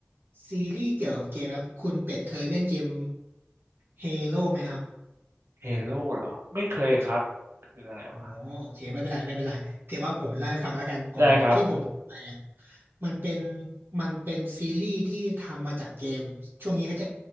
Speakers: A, on the right (about 65°); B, on the right (about 85°).
A: ซีรีส์เกี่ยวกับเกมครับคุณเป็ดเคยเล่นเกมเฮโร่ไหมครับ
B: เฮโร่เหรอไม่เคยครับคืออะไรวะ
A: อ๋อโอเคไม่เป็นไรไม่เป็นไรถือว่าผมเล่าให้ฟังแล้วกันผมที่ผมดูไปอ่ะ
B: ได้ครับ
A: มันเป็นมันเป็นซีรีส์ที่ทำมาจากเกมช่วงนี้ก็จะ